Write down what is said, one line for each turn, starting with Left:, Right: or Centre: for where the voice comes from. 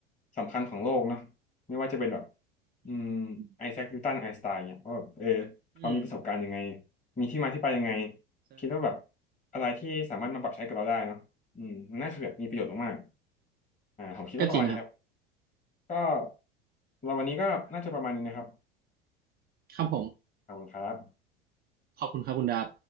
Left: สำคัญของโลกเนาะไม่ว่าจะเป็นแบบอืม
Right: อืม
Left: ไอแซคนิวตันไอน์สไตน์เนี่ยว่าแบบเออเขามีประสบการณ์ยังไง
Right: อืม
Left: มีที่มาที่ไปยังไง
Right: ใช่
Left: คิดว่าแบบอะไรที่สามารถมาปรับใช้กับเราได้เนาะ อืมน่าจะแบบมีประโยชน์มากๆอ่าผมคิดว่าประมาณนี้ครับ
Right: ก็จริงนะครับ
Left: ก็เราวันนี้ก็น่าจะประมาณนี้นะครับ
Right: ครับผม
Left: อ่าขอบคุณครับ
Right: ขอบคุณครับคุณดาบ